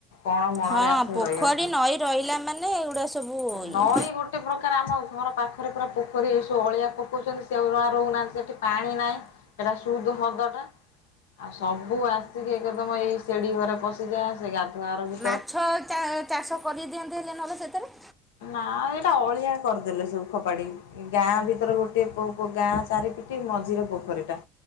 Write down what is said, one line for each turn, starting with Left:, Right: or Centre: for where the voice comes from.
Left: କଣ ମଣରେ
Centre: ହଁ
Left: ଆସିକି
Centre: ପୋଖରୀ
Left: ରହି ଯାଉଛନ୍ତି।
Centre: ନଈ ରହିଲା ମାନେ ଏଗୁଡା ସବୁ
Left: ନଈ
Centre: ଇଏ।
Left: ଗୋ ଗୋଟେ ପ୍ରକାର ଆମ ଘର ପାଖରେ ପୁରା ପୋଖରୀ ଏସବୁ ଅଳିଆ ପକଉଛନ୍ତି ସେ ସବୁ ରହୁନାହାଁନ୍ତି ସେଠି ପାଣି ନାହିଁ। ସେଇଟା ସୁଦ୍ ହ୍ରଦଟା। ଆଉ ସବୁ ଆସିକି ଏକଦମ ଏଇ ସିଢି ଘରେ ପଶିଯା ସେ ଗାଧୁଆଘର ବି
Centre: ମାଛ ଚା ଚାଷ କରିଦିଅନ୍ତି ହେଲେ ନହେଲେ ସେଥିରେ
Left: ନା ଏଇଟା ଅଳିଆ କରିଦେଲେ ସବୁ ଫୋପାଡିକି ଗାଁ ଭିତରେ ଗୋଟିଏ ପୋ ଗାଁ ଚାରିପିଟି ମଝିରେ ପୋଖରି ଟା।